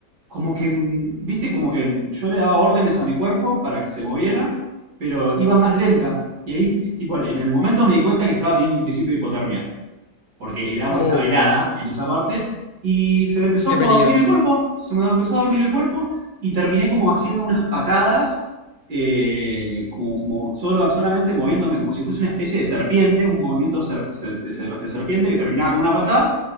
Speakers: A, on the right; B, on the left.
A: como que, mm, viste, como que yo le daba órdenes a mi cuerpo para que se moviera, pero iba más lenta. Y ahí, es tipo, en el momento me di cuenta que estaba teniendo un principio de hipotermia porque el agua
B: Oh,
A: estaba helada en esa parte, y se me empezó
B: qué
A: como
B: peligroso.
A: a dormir el cuerpo, se me empezó a dormir el cuerpo, y terminé como haciendo unas patadas, eh, como, como solo, solamente moviéndome como si fuese una especie de serpiente, un movimiento ser- ser- de, ser- de serpiente que terminaba con una patada,